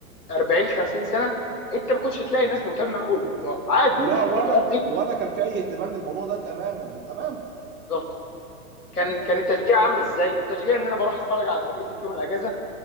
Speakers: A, on the left (about 85°); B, on the right (about 25°).
A: 40 50 سنه انت ما كنتش تلاقي
B: م-
A: الناس مهتمه قوي بالبطولات عادي
B: لا
A: يعني
B: ولا
A: البطولات دي
B: ولا كان في اي اهتمام للموضوع ده تماما تماما
A: بالظبط كان
B: م-
A: كان التشجيع عامل ازاي التشجيع ان انا بروح اتفرج على فرقتي في يوم الاجازه